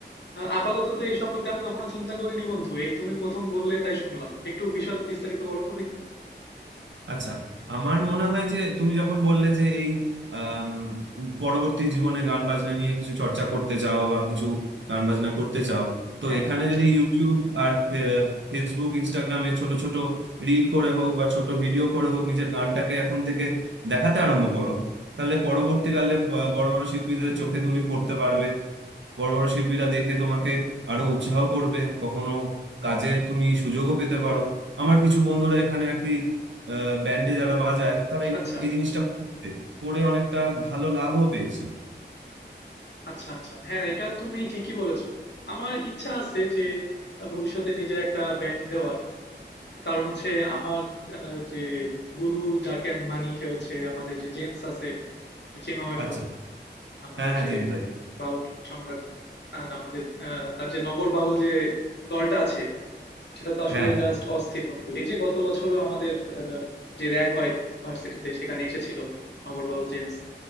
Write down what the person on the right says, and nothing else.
আচ্ছা আমার মনে হয় যে তুমি যখন বললে যে এই আম, পরবর্তী জীবনে গান বাজনা নিয়ে কিছু চর্চা করতে চাও বা কিছু গান বাজনা করতে চাও তো
এখানে
যদি ইউটিউব আর ফে- ফেসবুক ইনস্টাগ্রামে ছোট ছোট রিল করে হোক বা ছোট ভিডিও করে হোক নিজের গানটাকে এখন থেকে দেখাতে আরম্ভ করো তাহলে পরবর্তীকালে ব- বড় বড় শিল্পীদের চোখে তুমি পড়তে পারবে বড় বড় শিল্পীরা দেখে তোমাকে আরো উৎসাহ করবে কখনো কাজের তুমি সুযোগও পেতে পারো আমার কিছু বন্ধুরা এখানে আর কি ব্যান্ডে যারা বাজায় তারা এই
এই জিনিসটা করছে। করে অনেকটা ভালো লাভও পেয়েছে
আচ্ছা
হ্যাঁ হ্যাঁ
জেমস ভাই
হ্যাঁ